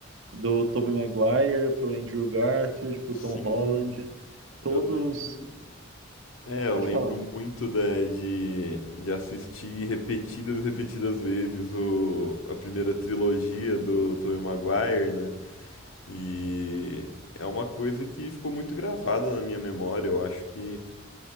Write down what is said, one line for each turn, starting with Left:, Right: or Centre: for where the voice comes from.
Right: do Tobey Maguire pro Andrew Garfield, pro
Left: Sim,
Right: Tom Holland, todos.
Left: eu lembro. É, eu
Right: Pode
Left: lembro
Right: falar. cara.
Left: muito da- de, de assistir repetidas, repetidas vezes o, a primeira trilogia do Tobey Maguire, né? E é uma coisa que ficou muito gravada na minha memória. Eu acho que